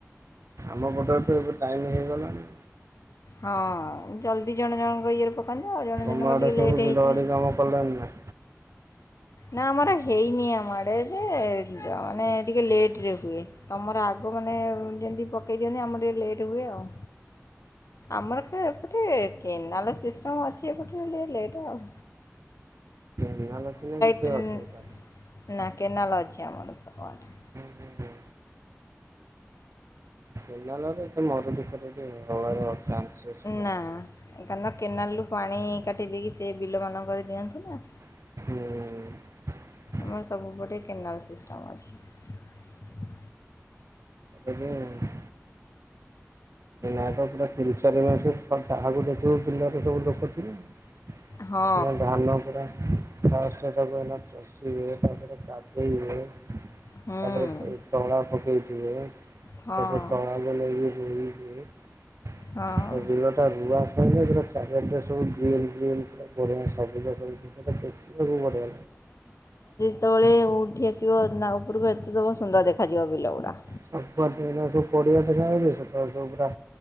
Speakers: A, on the right (about 70°); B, on the left (about 80°).
A: ଆମ ପଟରେ ତ ଏବେ ଟାଇମ ହେଇଗଲାଣି।
B: ହଁ, ଜଲଦି ଜଣ ଜଣଙ୍କ ଇଏରେ ପକାନ୍ତି ଆଉ ଜଣ
A: ତମ
B: ଜଣଙ୍କ
A: ଆଡେ
B: ଟିକେ
A: ସବୁ
B: ଲେଟ୍ ହେଇଯାଏ
A: ବିଲବାଡ଼ି କାମ କଲେଣିନା?
B: ନା ଆମର ହେଇନି ଆମଡେ ଯେ, ମାନେ ଟିକେ ଲେଟ ରେ ହୁଏ, ତମର ଆଗ ଲୋକମାନେ, ଯେମିତି ପକାଇ ଦିଅନ୍ତି, ଆମର ଟିକେ ଲେଟ୍ ହୁଏ ଆଉ। ଆମର ତ୍ ଏପଟେ କେନାଲ ସିଷ୍ଟମ୍ ଅଛି ଏପଟେ ବ ଲେଟ ଆଉ।
A: କେନାଲ ନା କିଛି?
B: ନ୍ନ୍
A: ଅସୁବିଧା
B: ନା କେନାଲ୍ ଅଛି ଆମର ସବୁଆଡେ।
A: ନାହିଁ। କେନାଲରେ ଏତେ ମରୁଡ଼ି ଫରୁଡ଼ି ହବାର ଚାନ୍ସେସ୍ କମ୍
B: ନା
A: ରୁହେ।
B: କାରଣ କେନାଲ ରୁ ପାଣି କାଟି ଦେଇେକି ସେ ବିଲ ମାନଙ୍କରେ ଦିଅନ୍ତି ନା
A: ହୁଁ।
B: ଆମର ସବୁପଟେ କେନାଲ ସିଷ୍ଟମ୍ ଅଛି।
A: ହବ ଆଉ। ନା ତ ପୁରା ତିରିଶ ଚାରି ମାସବ ଯାହାକୁ ଦେଖିବୁ ବିଲରେ ସବୁ ଲୋକ ଥିବେ।
B: ହଁ
A: ଧାନ ପୁରା ଫାଷ୍ଟେ ତାକୁଏଇନା ଚଷିବେ ତାପରେ କାଦୁ ପକେଇବେ
B: ହୁଁ
A: ତାପରେ ଚଳା ପକେଇଥିବେ।
B: ହଁ
A: ତାପଛ ତଳା ଦ ନେଇି ବୁ ଏ
B: ହଁ
A: ବିଲ ଟା ରୁଆ ସାଇଲେ ଚାରିଆଡ଼େ ସବୁ ଗ୍ରୀନି ଗ୍ରୀନି। ଵଡିଆ ସବୁଜ ସବୁ ସେଟା ଦେଖିବାକୁ ନଡିଆ।
B: କେତେବେଳେ ଉଠି ଆସିବ ନା ଉପରକୁ ଏତେ ତ ସୁନ୍ଦର ଦେଖାଯିବ ବିଲଗୁଡ଼ା।
A: ସବୁ ଆଡେ ଏଇନା ପଡିଆ ଦେଖା ଯାଉଛି ସେତବେଳେ ପୂରା